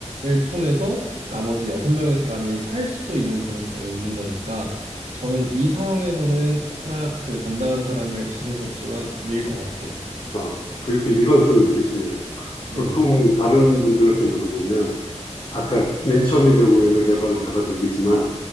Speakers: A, on the right; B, on the left.
A: 통해서 나머지 여섯 명의 사람이 살 수도 있는 가능성이 있는 거니까, 저는 이 상황에서는 사람, 그 건장한 사람을 죄송스럽지만 밀 것 같아요.
B: 어, 그래도 일관성이 있으시네요.
A: 네,
B: 보통 다른 분들한테 물어보면 아까 맨 처음의 경우에는 레버를 잡아당기지만